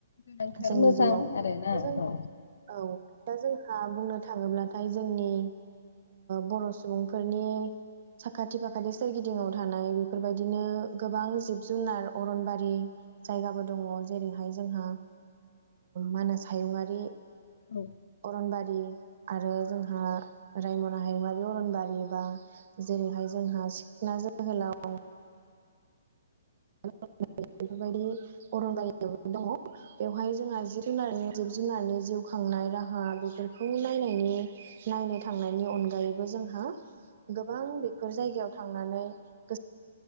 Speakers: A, on the left; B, on the right.
A: गोनांथार
B: जोंनि
A: मोजां
B: जिउआव
A: आरोना
B: दा जों
A: औ
B: औ दा जोंहा बुंनो थाङोब्ला जोंनि बर' सुबुंफोरनि साखाथि फाखाथि सोरगिदिंयाव थानाय बेफोरबायदिनो गोबां जिब जुनार अरनबारि जायगाबो दङ जेरैहाय जोंहा मानास हायुङारि
A: औ
B: अरनबारि आरो जोंहा रायमना हायुङरारि अरनबारि बा जेरैहाय जोंहा सिखना जोहोलाव <unintelligible> बेफोरबायदि अरनदायाबो दङ बेवहाय जोंहा जिब जुनारनि जिब जुनारनि जिउ खांनाय राहा बेफोरखौ नायनायनि नायनो थांनायनि अनगायैबो जोंहा गोबां बेफोर जायगायाव थांनानै गोसो